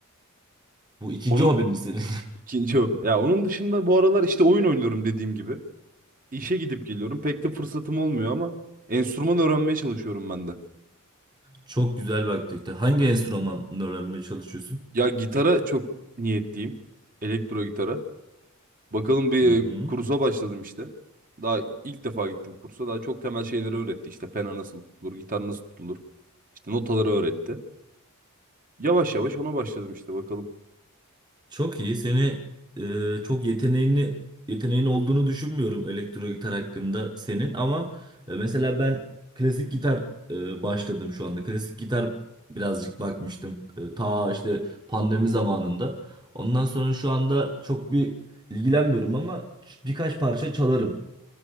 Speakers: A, on the right (about 20°); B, on the right (about 40°).
A: Bu ikinci
B: Onun
A: hobin mi senin?
B: ikinci hobim. Ya onun dışında bu aralar işte oyun oynuyorum dediğim gibi. İşe gidip geliyorum. Pek de fırsatım olmuyor ama enstrüman öğrenmeye çalışıyorum ben de.
A: Çok güzel bir aktivite. Hangi enstrümanı öğrenmeye çalışıyorsun?
B: Ya gitara çok niyetliyim. Elektro gitara. Bakalım bir
A: Hı hı.
B: e, kursa başladım işte. Daha ilk defa gittim kursa. Daha çok temel şeyleri öğretti. İşte pena nasıl tutulur, gitar nasıl tutulur. İşte notaları öğretti. Yavaş yavaş ona başladım işte bakalım.
A: Çok iyi. Seni e, çok yeteneğini yeteneğin olduğunu düşünmüyorum elektro gitar hakkında senin ama e, mesela ben klasik gitar e, başladım şu anda. Klasik gitar birazcık bakmıştım. E, ta işte pandemi zamanında. Ondan sonra şu anda çok bir ilgilenmiyorum ama birkaç parça çalarım.